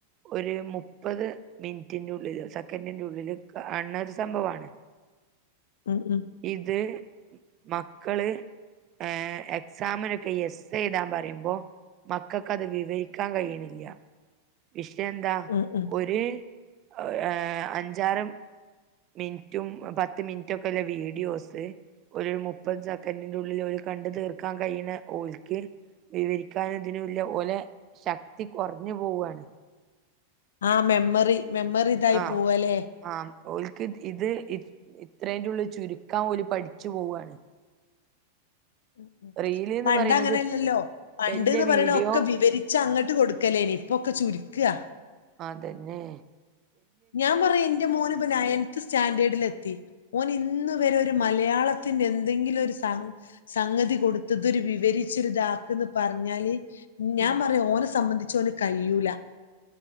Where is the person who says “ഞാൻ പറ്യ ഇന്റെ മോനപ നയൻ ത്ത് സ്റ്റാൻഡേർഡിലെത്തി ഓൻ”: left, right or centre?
Left